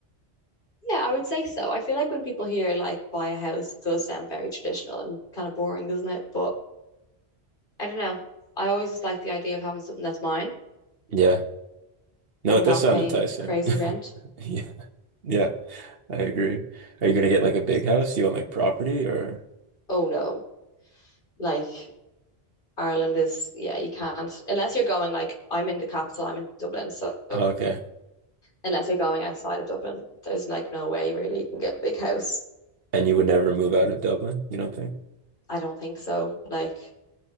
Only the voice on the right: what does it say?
Yeah. No,
it
does sound
enticing.
<laughs>
Yeah, yeah, I agree. Are you gonna get like a big house? Do you want like property or?
Okay.
And you would never move out of Dublin, you don't think?